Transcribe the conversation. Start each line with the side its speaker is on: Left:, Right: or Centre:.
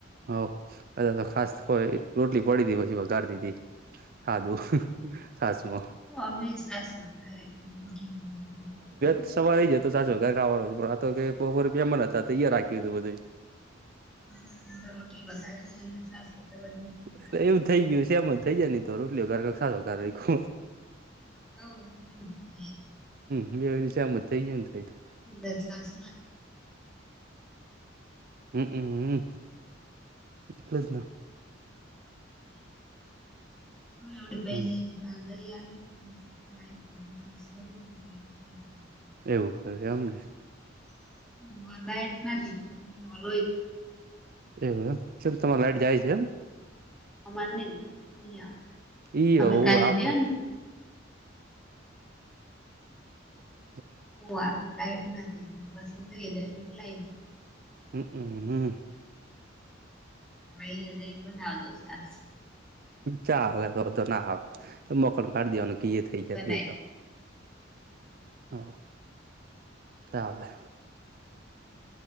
Right: અહો આલ્યા તો ખાસ કોઈ રોટલી પડી હતી પછી વઘાર દીધી. સાદું
Centre: હમ્મ
Right: છાસમાં
Centre: અમે સાસારે <inaudible>
Right: સવાર આઈ જ તો સાચો ઘર ખાવાનું છે પણ આ તો કે બહો બેમન હતા અહીયયા રાખ્યું હતું બધું.
Centre: હમ્મ એ તો રોટલી વધારે અને સાસ વધારે <inaudible>
Right: એટલે એવું થઈ ગયું સેમ જ થઈ જાય નહી તો રોટલીઓ કર સાચો કર ખો
Centre: હઓ એ તો એવું જ થાય.
Right: બવની સમ થઈ, ગય
Centre: અ દ, સાસ
Right: હમમ, એટલે જ ના.
Centre: હ એવડી,
Right: હમ
Centre: <unintelligible> <inaudible>
Right: એવુ, કર એમને.
Centre: એટ નથી. દ
Right: એવુ કેમ તમારે લાઈટ જાય છે, એમ?
Centre: હ મારને, અયા
Right: ઈ હોવ
Centre: અ, કલદીનું
Right: આપડે હ
Centre: હોવાનુ લાઈટ નથીલે પછ, તો ડ લ
Right: એમ હમ હમ
Centre: હજ, બનાવજો સા
Right: ચાલે, તો તો ના આવે મોકન કાઢ દવાનું થઈ, જત
Centre: બનાઈ
Right: બે કામ હ, ચલે